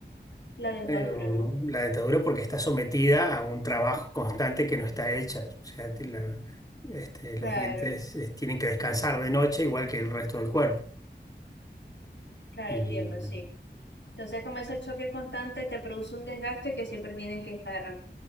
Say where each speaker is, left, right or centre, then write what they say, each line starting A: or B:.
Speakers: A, on the left; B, on the left.
A: La dentadura,
B: eh,
A: ¿no?
B: la dentadura porque está sometida a un trabajo constante que no está hecha. O sea, te- la- este,
A: Claro,
B: los dientes eh, tienen que descansar de noche igual que el resto del cuerpo.
A: claro,
B: Y
A: entiendo, sí. Entonces, como ese choque constante te produce un desgaste que siempre tienes que estar